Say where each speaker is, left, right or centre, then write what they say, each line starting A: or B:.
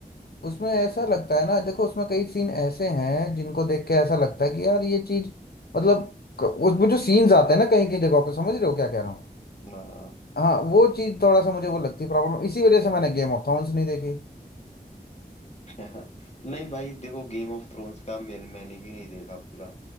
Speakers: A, on the left; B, on the left.
A: उसमें ऐसा लगता है ना देखो उसमें कई सीन ऐसे हैं जिनको देख के ऐसा लगता है कि यार ये चीज मतलब क- उसमें जो सीन्स आते हैं ना कहीं कहीं जगहों पे समझ रहे हो क्या कह रहा हूँ
B: हाँ
A: हाँ वो चीज थोड़ा सा मुझे वो लगती है प्रॉब्लम इसी वजह से मैंने गेम ऑफ थ्रोन्स नहीं देखी
B: <laughs> नहीं भाई देखो गेम ऑफ थ्रोन्स का मेरे मैंने भी नहीं देखा पूरा